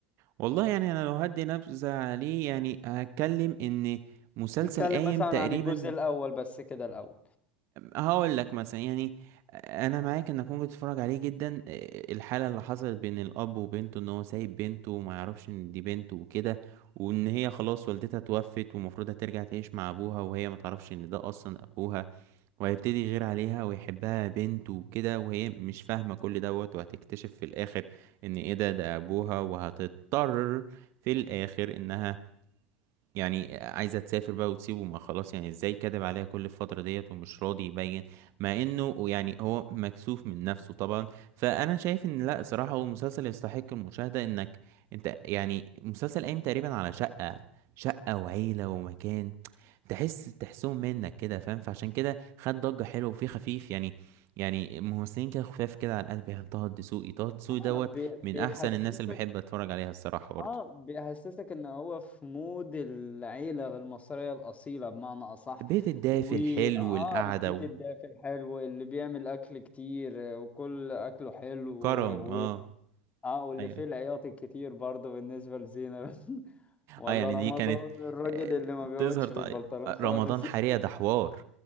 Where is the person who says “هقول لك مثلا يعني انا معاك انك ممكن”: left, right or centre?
Right